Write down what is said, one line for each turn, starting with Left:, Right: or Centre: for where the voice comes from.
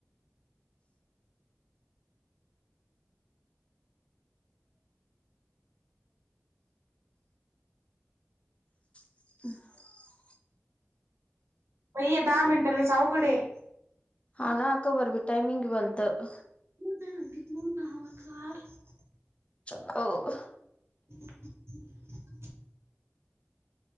Left: <inaudible>
Right: बाई हे दहा मिनट लईच अवघड आहे.
Left: हा ना कबर बई टईमिंग बलत.
Right: <unintelligible>
Left: <unintelligible>
Right: <inaudible>